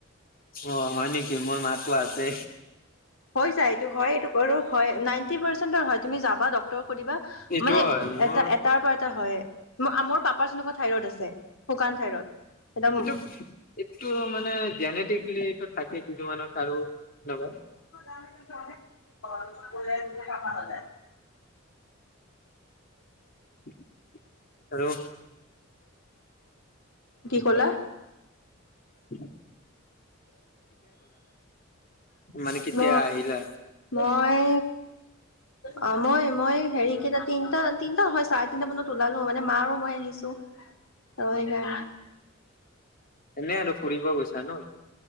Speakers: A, on the left; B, on the left.
A: অ হয় নেকি মোৰ মা তো আছে
B: হয় যাই এইটো হয় এইটো কৰো হয় নাইন নাইন্টি পাৰচেন্টৰ হয় তুমি যাবা ডক্টৰক সুধিবা
A: এইটোও
B: মানে
A: হয় মোৰ
B: এটাৰ পৰা এটা হইয়ে ম মোৰ পাপাৰ যেনুকা থাইৰড আছে শুকান থাইৰইড একদম
A: এইটো এইটো মানে জেনেটিকলি এইটো থাকে কিছুমানৰ আৰু তেনুকা
B: <unintelligible>
A: উ আৰু
B: কি কলা
A: অ <unintelligible> মানে কেতিয়া
B: ম
A: আহিলা
B: মই অ মই মই হেৰিকেইটা তিনটা তিনিটা হয় চাৰে তিনিটা মানত ওলালো মানে মা আৰু মই আহিছো। টো সেইকাৰণে
A: এনেই আৰু ফুৰিব গৈছা ন'।